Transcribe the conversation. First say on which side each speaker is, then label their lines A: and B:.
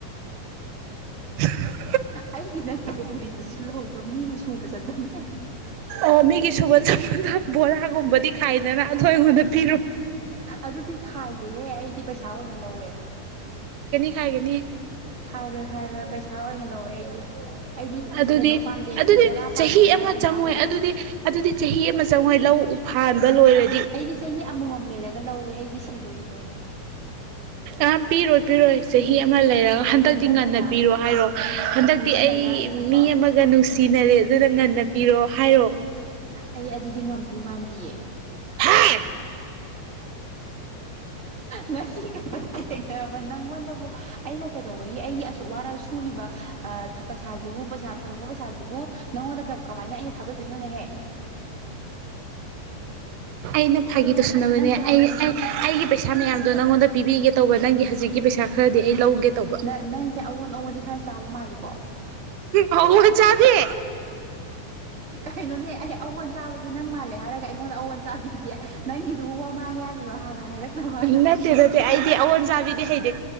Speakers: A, on the right; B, on the right.
A: <inaudible>
B: ꯑꯩꯒꯤ ꯅꯠꯇꯦ ꯎꯔꯤꯗꯨꯁꯨ ꯂꯧꯍꯧꯗꯕ ꯃꯤꯗꯤ ꯁꯨꯕ ꯆꯠꯄꯅꯦ
A: ꯑꯣ ꯃꯤꯒꯤ ꯁꯨꯕ ꯁꯄꯗ ꯕꯣꯔꯥꯒꯨꯝꯕꯗꯤ ꯈꯥꯏꯗꯅ ꯑꯗꯨꯗꯣ ꯑꯩꯉꯣꯟꯗ ꯄꯤꯔꯣ
B: ꯑꯗꯨꯗꯤ ꯈꯥꯏꯗꯦꯍꯦ ꯑꯩꯗꯤ ꯄꯩꯁꯥ ꯑꯣꯏꯅ ꯂꯧꯋꯦ
A: ꯍꯥꯏꯒꯅꯤ
B: ꯈꯥꯏꯔꯣꯏ ꯈꯥꯏꯔꯣꯏ ꯄꯩꯁꯥ ꯑꯣꯏꯅ ꯂꯧꯋꯦ ꯑꯩꯗꯤ ꯑꯩꯗꯤ
A: ꯑꯗꯨꯗꯤ
B: ꯀꯩꯅꯣ ꯄꯥꯝꯗꯦ
A: ꯑꯗꯨꯗꯤ
B: ꯕꯣꯔꯥ
A: ꯆꯍꯤ
B: ꯄꯥꯝꯗꯦꯅ
A: ꯑꯃ
B: ꯄꯩꯁꯥ
A: ꯆꯪꯉꯣꯏ
B: ꯑꯣꯏꯅ ꯂꯧꯋꯦ
A: ꯑꯗꯨꯗꯤ ꯑꯗꯨꯗꯤ ꯆꯍꯤ ꯑꯃ ꯆꯪꯉꯣꯏ ꯂꯧ ꯎ ꯐꯥꯟꯕ ꯂꯣꯏꯔꯦ
B: ꯑꯩꯗꯤ ꯆꯍꯤ ꯑꯃꯃꯝ ꯂꯩꯔꯒ ꯂꯧꯋꯦ ꯑꯩꯒꯤ ꯁꯦꯂꯔꯤꯗꯣ
A: ꯑ ꯄꯤꯔꯣꯏ ꯄꯤꯔꯣꯏ ꯆꯍꯤ ꯑꯃ ꯂꯩꯔ ꯍꯟꯗꯛꯇꯤ
B: ꯇꯨꯡꯁꯤꯜꯂꯒ
A: ꯉꯟꯅ ꯄꯤꯔꯣ ꯍꯥꯏꯔꯣ ꯍꯟꯗꯛꯇꯤ
B: ꯇꯨꯡꯁꯤꯜꯂꯒ
A: ꯑꯩ
B: ꯑꯩꯗꯤꯀꯣ
A: ꯃꯤ ꯑꯃꯒ ꯅꯨꯡꯁꯤꯅꯔꯦ ꯑꯗꯨꯗ ꯉꯟꯅ ꯅ ꯄꯤꯔꯣ ꯍꯥꯏꯔꯣ
B: ꯑꯩ ꯑꯗꯨꯗꯤ ꯉꯝꯗꯣꯏ ꯃꯥꯟꯗꯤꯌꯦ
A: ꯍꯥꯏ
B: ꯉꯁꯤ ꯈꯛꯇ ꯊꯦꯡꯅꯔꯕ ꯅꯪꯉꯣꯟꯗꯕꯨ ꯑꯩꯅ ꯀꯩꯗꯧꯕꯒꯤ ꯑꯩꯒꯤ ꯑꯁꯨꯛ ꯋꯥꯅ ꯁꯨꯔꯤꯕ ꯑ ꯄꯩꯁꯥꯁꯤꯕꯨ ꯄꯩꯁꯥ ꯐꯪꯉꯛꯄ ꯄꯩꯁꯥꯁꯤꯕꯨ ꯅꯪꯉꯣꯟꯗ ꯀꯃꯥꯏꯅ ꯑꯩꯅ ꯊꯥꯗꯗꯣꯏꯅꯣꯅꯦꯍꯦ
A: ꯑꯩꯅ
B: ꯍꯥꯏꯌꯨꯅꯦ
A: ꯐꯥꯒꯤ ꯇꯧꯁꯤꯟꯅꯕꯅꯦ
B: ꯅꯪꯁꯨ ꯍꯥꯏꯌꯣ
A: ꯑꯩ ꯑꯩꯒꯤ ꯄꯩꯁꯥ ꯃꯌꯥꯝꯗꯣ ꯅꯪꯉꯣꯟꯗ ꯄꯤꯕꯤꯒꯦ ꯇꯧꯕ ꯅꯪ ꯍꯧꯖꯤꯛꯀꯤ ꯄꯩꯁ ꯈꯔꯗꯤ ꯑꯩ ꯂꯧꯒꯦ ꯇꯧꯕ
B: ꯅ ꯅꯪꯁꯦ ꯑꯑꯣꯟ ꯑꯉꯣꯟꯗꯤ ꯈꯔ ꯆꯥꯕ ꯃꯥꯜꯂꯤ
A: ꯍꯥꯎꯑꯣꯟ ꯆꯥꯕꯤ
B: ꯀꯩꯅꯣꯅꯦ ꯑꯩ ꯑꯋꯣꯟ ꯆꯥꯕꯁꯦ ꯅꯪ ꯃꯥꯜꯂꯦ ꯍꯥꯏꯔꯒ ꯑꯩꯉꯣꯟꯗ ꯑꯑꯣꯟ ꯆꯥꯕꯤꯗꯦ ꯅꯪꯒꯤꯗꯨꯕꯨ ꯋꯥꯃꯥꯡ ꯌꯥꯜꯂꯤꯔꯣ ꯍꯥꯟꯅ ꯍꯥꯏꯔꯛꯅꯕꯅ
A: ꯅꯠꯇꯦ ꯅꯠꯇꯦ ꯑꯩꯗꯤ ꯑꯑꯣꯟ ꯆꯥꯕꯤꯗꯤ ꯍꯩꯗꯤ